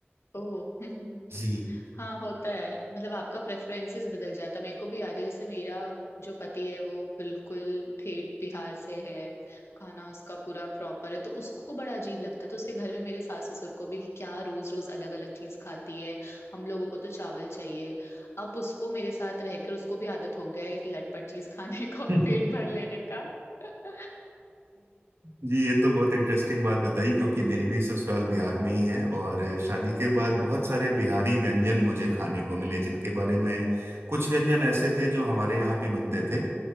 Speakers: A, on the left; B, on the right.
A: <laughs>
B: जी
A: हाँ होता है मतलब आपका प्रेफरेंसेस बदल जाता है मेरे को भी याद है जैसे मेरा जो पति है वो बिल्कुल ठेठ बिहार से है खाना उसका पूरा प्रॉपर है तो उसको बड़ा अजीब लगता है तो उसके घर में मेरे सास ससुर को भी कि क्या रोज रोज अलग अलग चीज खाती है हम लोगों को तो चावल चाहिए अब उसको मेरे साथ रहकर उसको भी आदत हो गया है इस लटपट चीज खाने <laughs> का और
B: <laughs>
A: पेट भर लेने का <laughs>
B: जी ये तो बहुत इंटरेस्टिंग बात बताई क्योंकि मेरी भी ससुराल बिहार में ही है और शादी के बाद बहुत सारे बिहारी व्यंजन मुझे खाने को मिले जिनके बारे में कुछ व्यंजन ऐसे थे जो हमारे यहाँ भी बनते थे